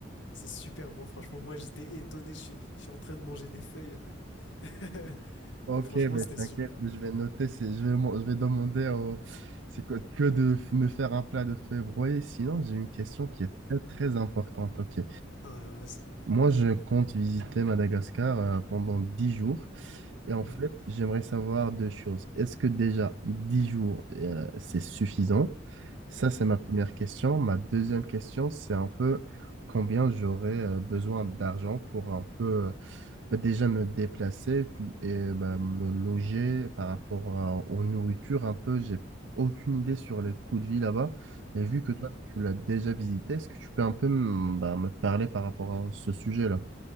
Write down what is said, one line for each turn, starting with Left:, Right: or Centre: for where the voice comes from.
Left: C'est super bon, franchement. Moi, j'étais étonné. Je suis, je suis en train de manger des feuilles, en fait. <laughs>
Right: Ok,
Left: Mais franchement,
Right: mais
Left: c'était
Right: t'inquiète,
Left: super
Right: mais
Left: bon.
Right: je vais noter, c'est, je vais, mon- je vais demander au, c'est quoi, que de f- me faire un plat de feu broyé. Sinon, j'ai une question qui est très, très importante. Ok.
Left: Ah, ouais, ouais, c'est-
Right: Moi, je compte visiter Madagascar euh, pendant 10 jours. Et en
Left: Mhm,
Right: fait, j'aimerais savoir deux choses. Est-ce que déjà 10 jours, euh, c'est suffisant? Ça, c'est
Left: mhm,
Right: ma première question. Ma deuxième question, c'est un peu combien j'aurais euh, besoin d'argent pour un peu euh, bah, déjà me déplacer et bah, me loger par rapport à- aux nourritures un peu, j'ai aucune idée sur les coûts de vie là-bas. Et vu que
Left: mhm,
Right: toi, tu l'as déjà visité, est-ce que tu peux un peu mm, bah, me parler par rapport à ce sujet-là?